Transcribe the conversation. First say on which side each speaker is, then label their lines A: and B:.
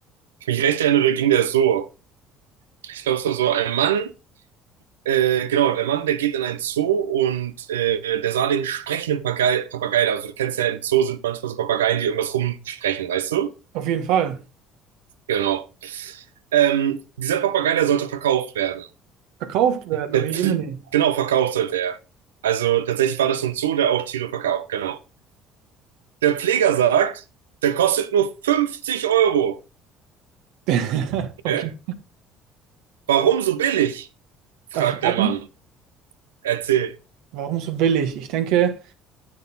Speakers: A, on the right; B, on the right.
A: Ich mich recht erinnere, ging der so. Ich glaube, es war so ein Mann, äh, genau, der Mann, der geht in einen Zoo und äh, der sah den sprechenden Papagei, Papagei da. Also du kennst ja, im Zoo sind manchmal so Papageien, die irgendwas rumsprechen, weißt du?
B: auf jeden Fall.
A: Genau. Ähm, dieser Papagei, der sollte verkauft werden.
B: Verkauft werden,
A: Der,
B: oh Jemine.
A: Pfle- genau, verkauft sollte er. Also tatsächlich war das so ein Zoo, der auch Tiere verkauft, genau. Der Pfleger sagt, der kostet nur 50 Euro.
B: <laughs> Okay,
A: Hä? Warum so billig? fragt
B: darf ich raten?
A: der Mann. Erzähl.
B: Warum so billig? Ich denke,